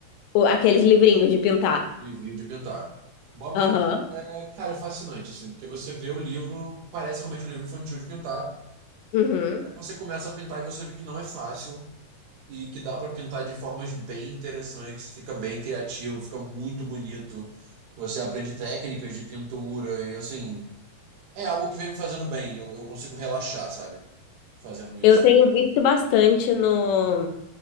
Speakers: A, on the left; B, on the right.
A: o- Aqueles livrinhos de pintar.
B: livrinho de pintar. Bobbie
A: Aham.
B: Goods é, cara, é fascinante, assim, porque você vê o livro, parece realmente um livro infantil de pintar.
A: Uhum.
B: Você começa a pintar e você vê que não é fácil e que dá para pintar de formas bem interessantes, fica bem criativo, fica muito bonito. Você aprende técnicas de pintura e assim, é algo que vem me fazendo bem. Eu, eu consigo relaxar, sabe? Fazendo isso.
A: Eu tenho visto bastante no,